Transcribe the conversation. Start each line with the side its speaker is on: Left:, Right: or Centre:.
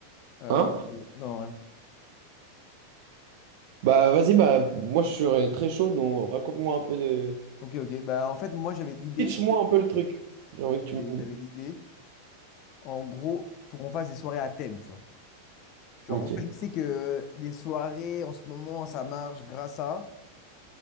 Left: Euh,
Right: Hein?
Left: ouais, mais- non, rien.
Right: Bah, vas-y, bah, moi, je serais très chaud. Donc, raconte-moi un peu de.
Left: Ok, ok. Bah, en fait, moi, j'avais l'idée.
Right: Pitch-moi un peu le truc. J'ai envie
Left: ok,
Right: que tu me.
Left: J'avais l'idée. En gros, faut qu'on fasse des soirées à thème, tu vois. Genre,
Right: Ok.
Left: moi, je sais que les soirées, en ce moment, ça marche grâce à